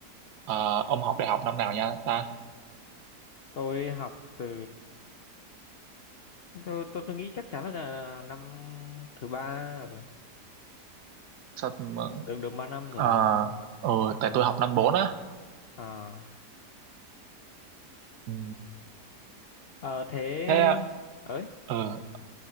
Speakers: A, on the right; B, on the left.
A: ờ, ông học đại học năm nào nha ta
B: tôi học từ tôi tôi, tôi nghĩ chắc chắn là, là năm thứ ba rồi
A: sao
B: được được ba năm rồi
A: ờ ờ, ừ, tại tôi học năm bốn á
B: à,
A: ừ.
B: ờ, thế
A: thế
B: ấy
A: ờ,